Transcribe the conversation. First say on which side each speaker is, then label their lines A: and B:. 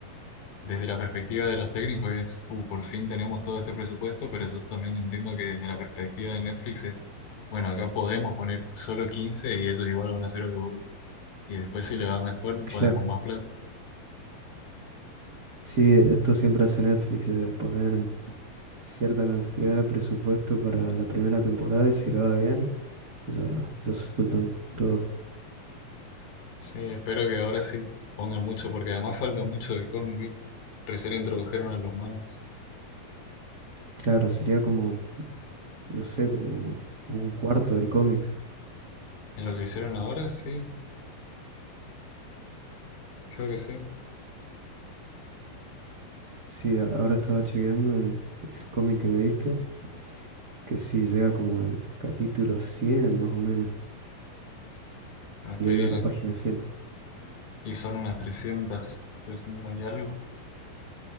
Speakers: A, on the left (about 70°); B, on the right (about 70°).
A: desde la perspectiva de los técnicos es, "Uh, por fin tenemos todo este presupuesto, pero yo también entiendo que desde la perspectiva de Netflix es, bueno, acá podemos poner solo 15 y ellos igual van a hacer algo bueno. Y después si le va mejor
B: Claro.
A: ponemos más plata.
B: Sí, esto siempre hace Netflix, de poner cierta cantidad de presupuesto para la primera temporada y si lo va bien, ya, ya sueltan todo.
A: Sí, espero que ahora sí pongan mucho, porque además falta mucho del cómic, ¿viste? Recién introdujeron a los manos.
B: Claro, sería como, no sé, como un cuarto del cómic.
A: En lo que hicieron ahora, sí, creo que sí.
B: Sí, a- ahora estaba chequeando en el cómic que me diste. que sí, llega como el capítulo 100 más o menos.
A: Ah,
B: Lo
A: qué
B: digo
A: bien.
B: a la página cien
A: Y son unas 300, 300 y algo.